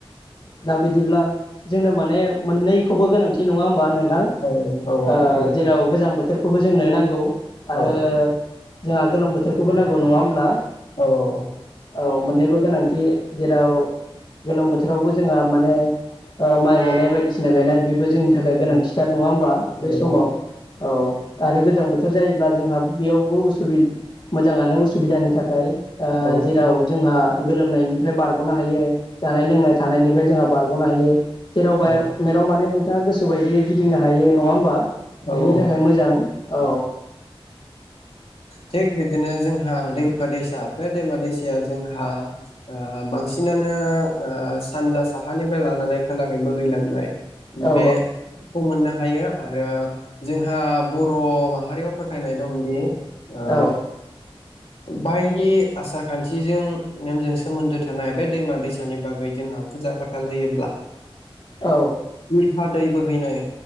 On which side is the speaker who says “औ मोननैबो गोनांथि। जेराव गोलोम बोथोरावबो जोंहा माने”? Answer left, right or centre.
Left